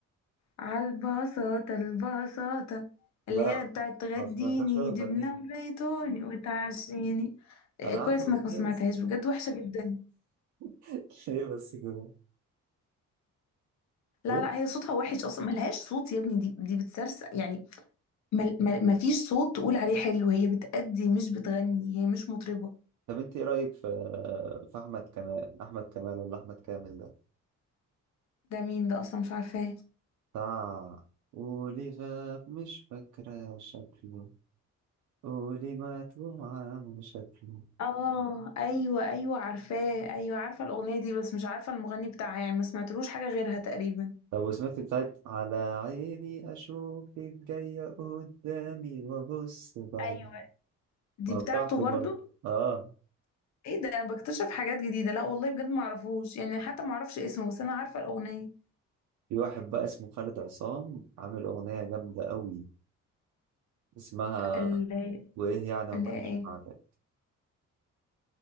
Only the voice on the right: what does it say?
لا
ما سمعتهاش ولا بغنيها
انا
عارف الاغنيه
بس
<laughs> هي بس كده
طب انت
طب انت ايه رايك في في احمد كمال احمد كمال ولا احمد كامل ده
بتاع ولي غاب مش فاكرة شكله قولي ما توعى شكله
طب سمعت بتاعت على عيني أشوفك جاية قدامي وأبص بعد
ما
بتاعته
برضه آه
في واحد بقى اسمه خالد عصام عامل أغنية جامدة أوي اسمها
وإيه يعني
أما أعيش
بعدك